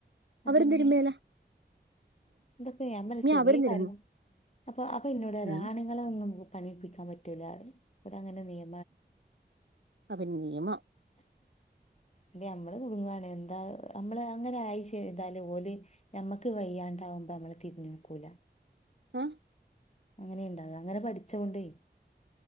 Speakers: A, on the left; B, on the right.
A: അതന്നെ
B: അവരും തിരുമ്മേലാ
A: ഇതൊക്കെ ഞാൻ പറയ ചെറിയ
B: അവരും തിരുമ്മും
A: കാര്യങ്ങള് അപ്പൊ അപ്പ എന്നോട് പറയ
B: ഉം
A: ആണ് ങ്ങളേ ഒന്നും പണിയെടുപ്പിക്കാൻ പറ്റൂലാ പറയും ഇവ്ടെ അങ്ങനെ നിയ
B: അപ്പ നിയമം
A: ഇത് അമ്മള് കുടുങ്ങാണ് എന്താ അമ്മള് അങ്ങനെ ആയി ചെയ്താല് ഓല് ഞമ്മക്ക് വയ്യാണ്ടാവുമ്പോ അമ്മളെ തിര്ഞ്ഞോക്കൂലാ
B: ആഹ്
A: അങ്ങനെയുണ്ട അങ്ങനെ പഠിച്ചാേണ്ടെയ്